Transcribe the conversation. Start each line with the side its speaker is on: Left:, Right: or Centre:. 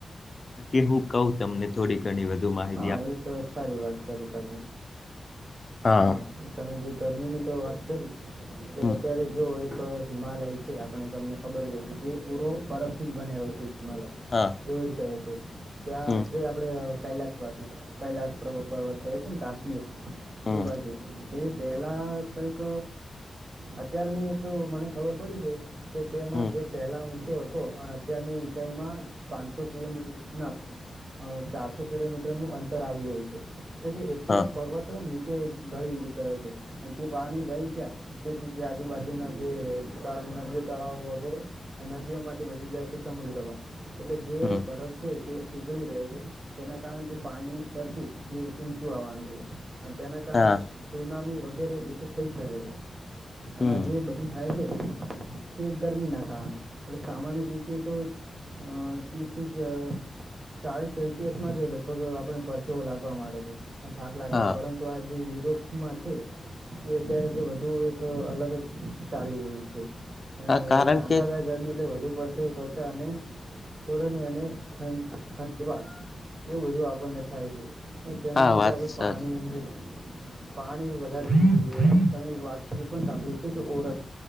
Left: કે હું કઉ તમને થોડી ઘણી વધુ માહિ
Right: હા એક સારી વાત કરી તમે.
Left: હા
Right: હન, તમે જે ગરમીની તો વાત કરી કે
Left: હમ
Right: અત્યારે જો એક હિમાલય છે, આપણે તમને ખબર જ હશે. જે પૂરો બર્ફથી જ બનેલો છે હિમાલય.
Left: હા
Right: એવું જ કહે છે. ત્યાં
Left: હમ
Right: જે આપડે કૈલાસ બાજુ, કૈલાસ પ્ર-પર્વત કહે છે ન. કાશ્મીર
Left: હમ
Right: તે બાજુ જોઈલા કઈક અત્યાર મે એક મને ખબર પડી છે કે, તેમાં
Left: હમ
Right: જે પહેલા ઊંચો હતો અન અત્યારબી ઊ ચાઈમાં પાનસો કિલોમીટ ના અ ચારસો કિલોમીટરનું અંતર આવી ગયું છે. એટલે કે એક તો
Left: હા
Right: પર્વત ની ચે ઢળી ગયો છે. અન તે પાણી કઈ <unintelligible> તે આજુબાજુના જે નદીઓ તળાવો વગેરે નદીઓ માંથી બધું જાય છે સમુદ્રમાં. એટલે જે
Left: હમ
Right: બરફ છે, તે પીગળી રહ્યો છે. તેના કારણે જે પાણીનું સ્તર છે એ ઊંચું આવાનું છે. અન તેના કારણે
Left: હા
Right: સુ-સુનામી વગેરે એ તો થઈ શકે છે. અન
Left: હમ
Right: આ જે બધું થાય છે કે ગરમીના કારણે, પણ સામાન્ય રીતે તો અ ત્રીસ થી ચ ચાલીસ સેલ્સિયસમાં જ લગભગ આપણે પરસો લાગવા માંડે છે. <unintelligible> થાક લાગે
Left: હા
Right: છે. પરંતુ આજ જે યુરોપમાં છે, તે અત્યારે તો વધુ એક અલગ જ ચાલી રહ્યું છે. અને
Left: હા કારણ
Right: કાંટાદાય
Left: કે
Right: ગરમી એટલે વધુ પડતી ત્વચા અને ફરની અને ખંજ ખંજવાળ એવું બધું આપણને થાય છે. અહ તેના
Left: હા
Right: માટે
Left: વાત
Right: આપડે
Left: સાચી
Right: પાણી <unintelligible> પાણી વધારે <inaudible> તમે એ વાત ની પણ સાંભળી છે કે ઓરસ